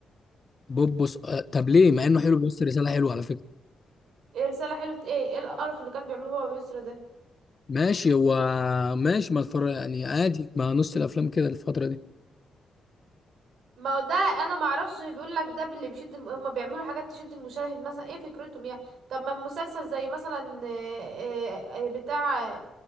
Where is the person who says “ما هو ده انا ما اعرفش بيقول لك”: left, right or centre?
Right